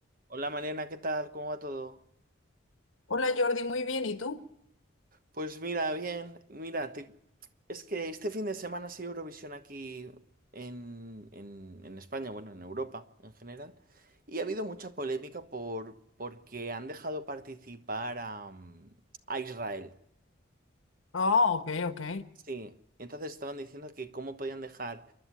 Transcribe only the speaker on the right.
Hola Mariana, ¿qué tal? ¿Cómo va todo?
Pues mira, bien, mira, te- es que este fin de semana ha sido Eurovisión aquí en, en- en España, bueno, en Europa en general, y ha habido mucha polémica por, porque han dejado participar a, mm, a Israel.
Sí, entonces estaban diciendo que cómo podían dejar